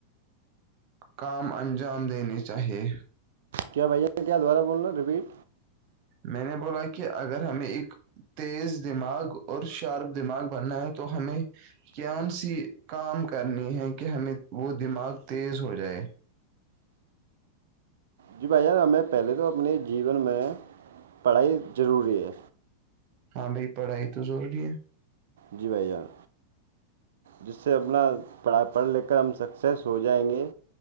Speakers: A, on the right; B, on the right.
A: کام انجام دنےی چاہیے
B: کیا بھیا کیا دوبارہ بول رہ ہیں رپیٹ
A: میں نے بولا کہ اگر ہمیں ایک تیز دماغ اور شارپ دماغ بننا ہے تو ہمیں کون سی کام کرنی ہے کہ ہمیں وہ دماغ تیز ہو جائے
B: جی بھائی جان ہمیں پہلے تو اپنے جیون میں پڑھائی ضروری ہے
A: ہاں بھائی پڑھائی تو ضروری ہے
B: جی ب زار جس سے اپنا پڑھا پڑھ لکھ کر ہم سکسیس ہو جائیں گے